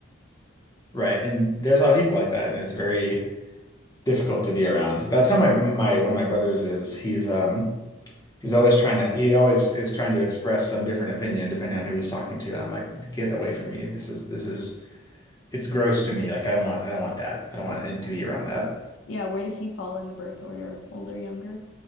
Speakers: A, on the left (about 20°); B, on the left (about 75°).
A: Right. And there's a lot of people like that, and it's very difficult to be around. That's how my my one of my brothers is. He's um He's always trying to, he always is trying to express some different opinion depending on who he's talking to. And I'm like, get away
B: Hmm.
A: from me. This is, this is, it's gross to me. Like, I don't want, I don't want that. I don't want it to be around that.
B: Yeah, where does he fall in the birth order? Older, younger?